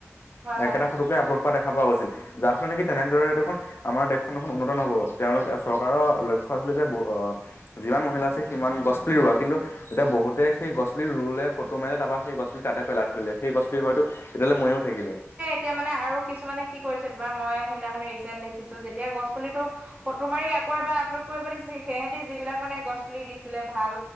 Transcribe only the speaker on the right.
হয়, হয়।
তেতিয়া মানে আৰু কিছুমানে কি কৰিছে তোমাৰ মই সেইদিনাখনে ৰিচেণ্ট দেখিছো যেতিয়া গছ পুলিটো ফটো মাৰি আকৌ এবাৰ আপলোড কৰিব দিছিল সিহতি যিবিলাক মানে গছ পুলি দিছিলে ভাল